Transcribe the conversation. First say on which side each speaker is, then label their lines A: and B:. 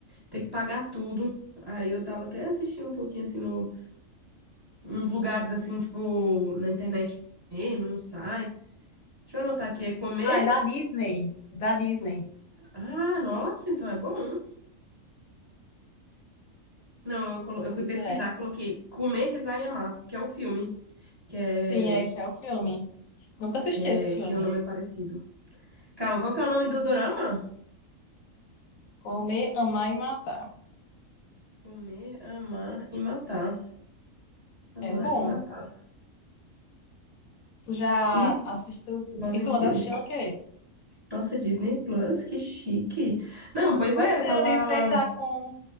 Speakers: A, on the right (about 20°); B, on the left (about 75°).
A: Tem que pagar tudo. Aí eu tava até assistindo um pouquinho, assim, no, nos lugares, assim, tipo, na internet mesmo, nos sites. Deixa eu anotar aqui, é comer.
B: Ah, é da Disney. Da Disney.
A: Ah, nossa, então é bom. Não, eu, colo- eu
B: Pois
A: fui pesquisar,
B: é.
A: coloquei Comer, Rezar e Amar, que é o filme, que é
B: Sim, é, esse é o filme. Nunca assisti
A: Que, é,
B: esse filme.
A: que o nome é parecido. Calma, qual que é o nome do dorama?
B: Comer, Amar e Matar.
A: Comer, amar e matar.
B: É
A: Amar
B: bom.
A: e matar.
B: Tu já
A: E
B: assistiu?
A: Love
B: E tu
A: and Kill.
B: anda assistindo o quê?
A: Nossa, Disney Plus, que chique. Não, pois
B: Pois
A: é, eu
B: é,
A: tava.
B: a Disney tá com.